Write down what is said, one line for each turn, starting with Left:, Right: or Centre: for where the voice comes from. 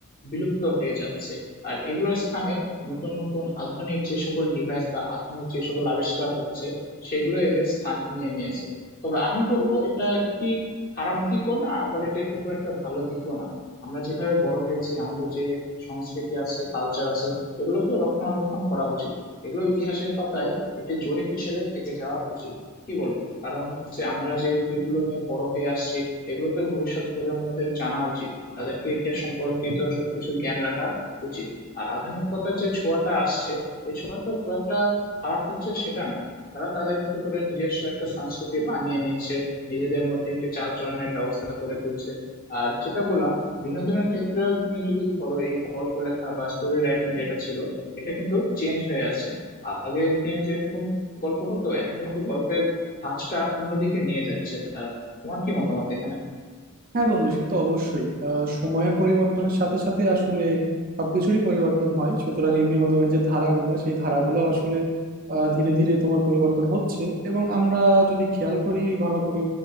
Left: বিলুপ্ত হয়ে যাচ্ছে আর এগুলোর স্থানে নতুন নতুন আধুনিক যে সকল ডিভাইস বা আধুনিক যে সকল আবিষ্কার হচ্ছে সেগুলো এদের স্থান নিয়ে নিয়েছে তবে আমি বলবো এটা একটি খারাপ দিকও না আবার এটা একটু খুব একটা ভালো দিকও না আমরা যেভাবে বড় হয়েছি আমাদের যে সংস্কৃতি আছে কালচার আছে এগুলোকে রক্ষণাবেক্ষণ করা উচিত এগুলো ইতিহাসের পাতায় একটি জরিপ হিসেবে থেকে যাওয়া উচিত কি বলো কারণ হচ্ছে আমরা যে যেগুলো নিয়ে বড় হয়ে আসছি এগুলো তো ভবিষ্যৎ প্রজন্মদের জানা উচিত তাদেরকে ইতিহাস সম্পর্কিত সবকিছু জ্ঞান রাখা উচিত আর আধুনিকতার যে ছোঁয়াটা আসছে এই ছোঁয়াটা খুব একটা খারাপ হচ্ছে সেটা না তারা তাদের মতো করে নিজস্ব একটা সংস্কৃতি বানিয়ে নিচ্ছে নিজেদের মধ্যে একটি চালচলনের ব্যবস্থা করে তুলছে আর যেটা বললাম বিনোদনের ক্ষেত্রেও তুমি যদি ধরো এই গল্প লেখা বা স্টোরি রাইটিং যেটা ছিল এটা কিন্তু চেঞ্জ হয়ে আসছে আগের দিনে যেরকম গল্প হতো এখন কিন্তু গল্পের ধাঁচটা অন্যদিকে নিয়ে যাচ্ছে তারা তোমার কি মতামত এখানে
Right: হ্যাঁ বন্ধু সে তো অবশ্যই আহ, সময়ের পরিবর্তনের সাথে সাথে আসলে সবকিছুরই পরিবর্তন হয় সুতরাং এই বিনোদনের যে ধারাগুলো সেই ধারাগুলো আসলে আহ, ধীরে ধীরে তোমার পরিবর্তন হচ্ছে এবং আমরা যদি খেয়াল করি ভালো করে